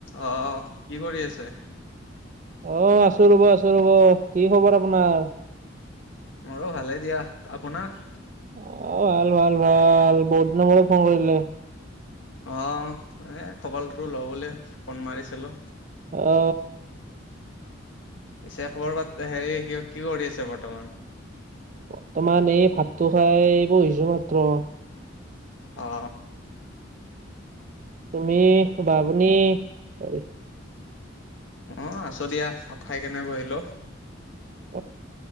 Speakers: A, on the left; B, on the right.
A: আহ কি কৰি আছে
B: অ আছো ৰব আছো ৰ'ব কি খবৰ আপোনাৰ
A: মো ভালে দিয়া আপোনাৰ
B: অ ভাল ভাল ভাল বহুত দিন বলে ফোন কৰিলে
A: অ এ খবৰটোো ল বুলি ফোন মাৰিছিলো
B: অ অ
A: পিছে খবৰ পাত হেৰি ক কি কৰি আছে বৰ্তমান
B: বৰ্তমান এই ভাতটো খাই বহিছো মাত্ৰ
A: অ
B: তুমি বাবনী চৰি
A: অ আছ দিয়া ভাপ খাই কেনে বহিলো
B: অ